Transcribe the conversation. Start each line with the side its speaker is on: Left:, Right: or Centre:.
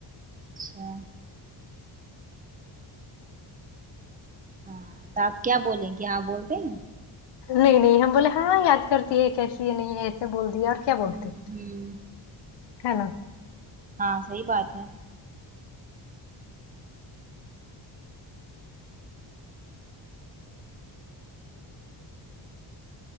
Right: اچھا ہاں تو آپ کیا بولیں کہ کیا بولتے ہیں
Left: نہیں نہیں ہم بولے ہاں یاد کرتی ہے کیسی یہ نہیں ہے تو بول دی اب کیا بولتے
Right: ہوں ہوں
Left: ہے نا
Right: ہاں صحیح بات ہے